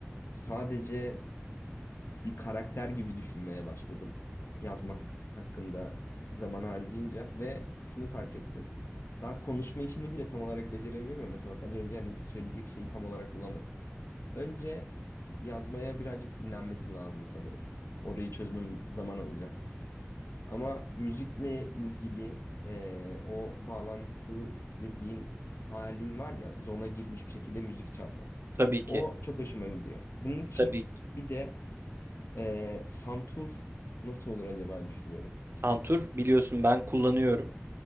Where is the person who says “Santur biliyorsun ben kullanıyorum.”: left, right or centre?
Right